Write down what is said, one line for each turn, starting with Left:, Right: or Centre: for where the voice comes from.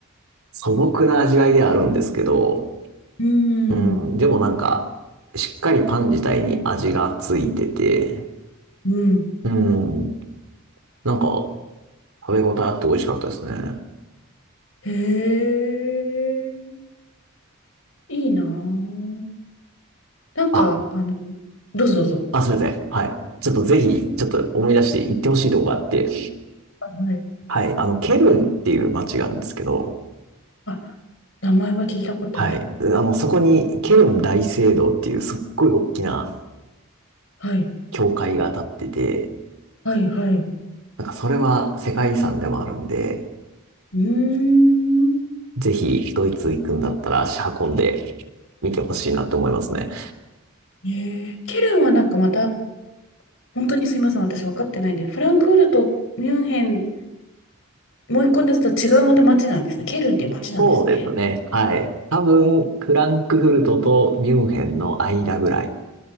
Right: 素朴な味わいではあるんですけど、
Left: うー
Right: うん。
Left: ん、
Right: でもなんか、しっかりパン自体に味がついてて、
Left: うん。
Right: うん。なんか、食べ応えあって美味しかったですね。
Left: へえ、いいなぁ。なんか、
Right: あ、
Left: あの、どうぞどうぞ。
Right: あ、すみません。はい。ちょっとぜひ、ちょっと思い出して行ってほしいとこがあって、
Left: はい。
Right: はい、あの、ケルンっていう街があるんですけど、
Left: あ、名前は聞いたことある。
Right: はい、あの、そこにケルン大聖堂っていうすっごい大きな
Left: はい。
Right: 教会が建ってて、
Left: はい、はい。
Right: なんかそれは世界遺産でもあるんで、
Left: うーん。
Right: ぜひドイツ行くんだったら足運んで見てほしいなって思いますね。
Left: えー、ケルンはなんかまた、本当にすみません、私分かってないんで、フランクフルト、ミュンヘン、もう一個ですと違うまた町なんですね。ケルンっていう町なんですね。
Right: そうですね。はい。多分、フランクフルトとミュンヘンの間ぐらい。